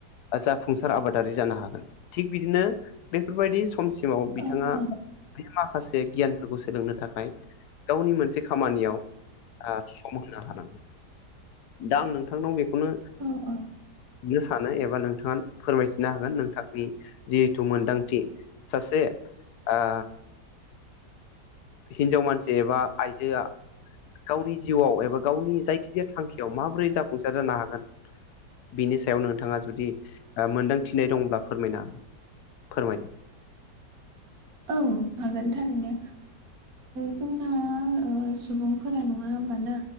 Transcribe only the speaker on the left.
जाफुंसार आबादारि जानो हागोन थिग बिदिनो बेफोरबायदि समसिमाव बिथाङा
बे माखासे गियानफोरखौ सोलोंनो थाखाय गावनि मोनसे खामानियाव सम होनो हानांगोन दा आं नोंथांनाव बेखौनो
नो सानो एबा नोंथाङा फोरमायथिनो हागोन नोंथांनि जिहेथु मोनदांथि सासे आ हिनजाव मानसि एबा आइजोआ गावनि जिउआव एबा गावनि जायखिजाया थांखियाव माबोरै जाफुंसार जानो हागोन बिनि सायाव नोंथाङा जुदि मोन्दांथिनाय दंब्ला फोरमायनो हागोन फोरमायदो